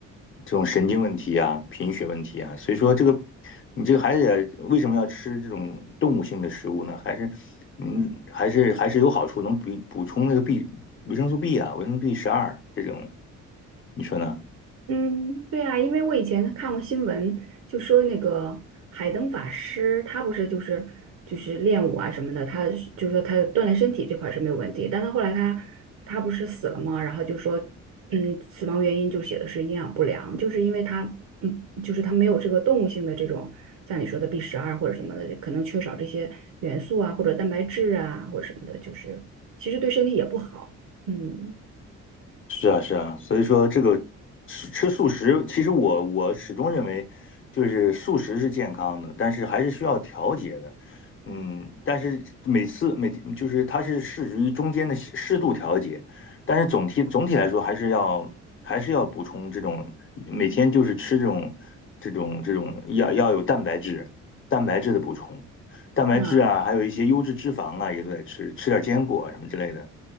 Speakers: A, on the left; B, on the right.
A: 这种神经问题啊、贫血问题啊，所以说这个你这个孩子也为什么要吃这种动物性的食物呢？还是嗯，还是还是有好处，能补补充那个 B 维生素 B 啊、维生素 B 十二这种，你说呢？
B: 嗯，对啊，因为我以前看过新闻，就说那个海灯法师，他不是就是就是练武啊什么的，他是就是说他锻炼身体这块是没有问题，但他后来他他不是死了吗？然后就说，嗯，死亡原因就写的是营养不良，就是因为他，嗯，就是他没有这个动物性的这种像你说的 B 十二或者什么的，可能缺少这些元素啊，或者蛋白质啊，或者什么的，就是其实对身体也不好，嗯。
A: 是啊，是啊，所以说这个吃吃素食，其实我我始终认为，就是素食是健康的，但是还是需要调节的。嗯，但是每次每就是它是适于中间的适适度调节，但是总体总体来说还是要还是要补充这种每天就是吃这种这种这种要要有蛋白质蛋白质的补充，蛋白质啊，
B: 嗯，
A: 还有一些优质脂肪啊也都得吃，吃点坚果啊什么之类的。